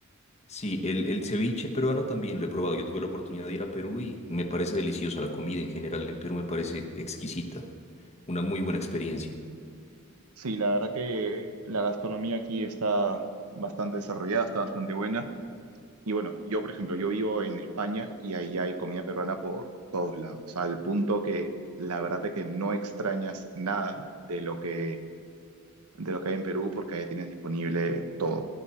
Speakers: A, on the left (about 30°); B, on the right (about 80°).
A: Sí, el, el ceviche peruano también lo he probado. Yo tuve la oportunidad de ir a Perú y me parece deliciosa la comida en general. En Perú me parece exquisita. Una muy buena experiencia.
B: Sí, la verdad que la gastronomía aquí está bastante desarrollada, está bastante buena. Y bueno, yo, por ejemplo, yo vivo en España y ahí hay comida peruana por todos lados, al punto que la verdad es que no extrañas nada de lo que, de lo que hay en Perú porque ahí tienes disponible todo.